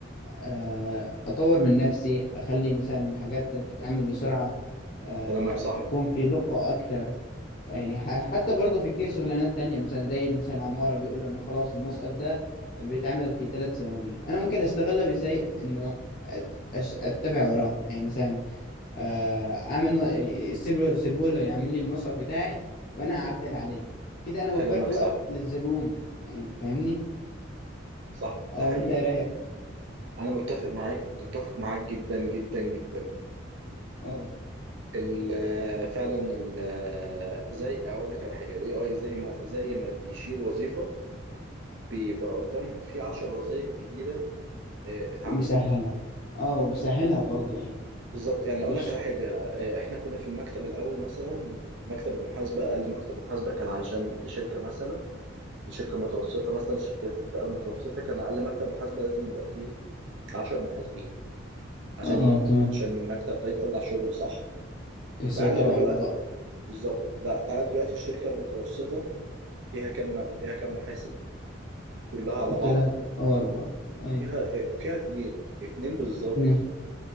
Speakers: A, on the left; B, on the right.
A: آه، اطور من نفسي اخلي مثلا حاجات تتعمل بسرعه آه،
B: كلامك صح
A: يكون في دقه اكتر يعني ح- حتى برضه في كتير شغلانات تانية مثلا زي مثلا العماره بيقولوا انه خلاص المسقط ده بيتعمل في ثلاث ثواني انا ممكن استغلها بزي انه أت- أش- اتبع وراه يعني مثلا آه، اعمل م- سيبه سيبه له يعمل لي المسقط بتاعي وانا اعدل عليه كده انا وفرت
B: كلامك
A: وقت
B: صح
A: للزبون يعني فاهمني
B: صح
A: اه
B: ده حقيقي
A: وانت إيه رايك
B: انا متفق معاك متفق معاك جدا جدا جدا
A: أه.
B: ال- فعلا ال- زي اقول لك على حاجة الاي اي زي ما زي ما بيشيل وظيفة بيبقى قدامها في عشر وظائف جديدة اه، اتعملت
A: وبيسهلها اه وبيسهلها برضو يعني
B: بالظبط يعني
A: مش
B: اقول لك على حاجه آه، احنا كنا في المكتب الاول مثلا مكتب المحاسبه اقل مكتب محاسبه كان عشان لشركه مثلا لشركه متوسطه مثلا شركات الفئه المتوسطه كان اقل مكتب محاسبه لازم يبقى فيه 10 محاسبين عشان
A: اه
B: يبقى
A: تمام
B: عشان المكتب ده يطلع شغل صح
A: يسيطروا
B: تعالى دلوقتي
A: على الوضع
B: بالظبط لا تعالى دلوقتي الشركه المتوسطه فيها كام فيها كام محاسب كلها على بعض
A: تلاتة أو أربعة أيوة
B: فيها فيها اتنين اتنين بالظبط
A: اتنين